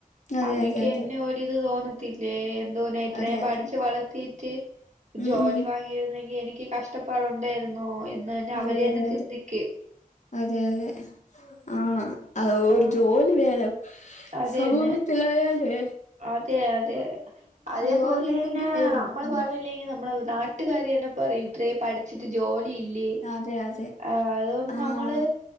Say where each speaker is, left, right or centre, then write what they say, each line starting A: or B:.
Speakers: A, on the left; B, on the right.
A: അതെ
B: അവിക്കന്നെ
A: അതെ അതെ.
B: ഒരിത് തോന്നത്തി എന്തോന്ന് ഇത്രേം
A: അതെ
B: പഠിച്ച്
A: അതെ.
B: വളത്തീട്ട്
A: ഉം
B: ജോലിവാങ്ങി
A: ഉം.
B: രുന്നെങ്കി എനിക്ക് കഷ്ടപ്പാടുണ്ടേരുന്നോ എന്ന്തന്നെ അവരന്നെ
A: അതെ അതെ
B: ചിന്തിക്ക്
A: അതെ അതെ ആഹ് അതെ ഒരു
B: ആ
A: ജോലി വേണം
B: അതെന്നെ
A: സമൂഹത്തിലായാലുവെ
B: അതെ അതെ അതേപോലെന്നെ
A: ജോലി ഇല്ലെങ്കി തീർന്നു.
B: നമ്മള്
A: ഉം.
B: പറ ഞ്ഞില്ലങ്കി നമ്മളെ നാട്ടുകാരന്നെ പറയും ഇത്രേം പഠി ച്ചിട്ട് ജോലിയില്ലേ
A: അതെ അതെ.
B: ആഹ് അതുകൊണ്ട്
A: ആ.
B: നമ്മള്